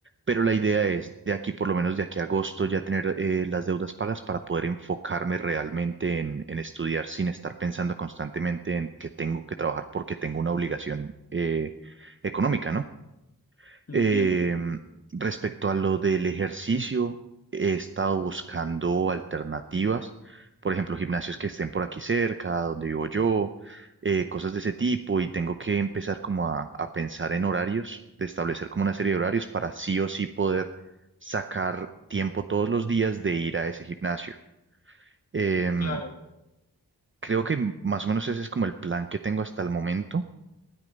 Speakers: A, on the right; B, on the left.
A: Pero la idea es de aquí, por lo menos de aquí a agosto, ya tener eh, las deudas pagas para poder enfocarme realmente en, en estudiar sin estar pensando constantemente en que tengo que trabajar porque tengo una obligación eh, económica, ¿no?
B: entiendo,
A: Eh,
B: entiendo.
A: respecto a lo del ejercicio, he estado buscando alternativas, por ejemplo, gimnasios que estén por aquí cerca, donde vivo yo, eh, cosas de ese tipo, y tengo que empezar como a, a pensar en horarios, de establecer como una serie de horarios para sí o sí poder sacar tiempo todos los días de ir a ese gimnasio. Em,
B: Claro,
A: creo que más o menos ese es como el plan que tengo hasta el momento.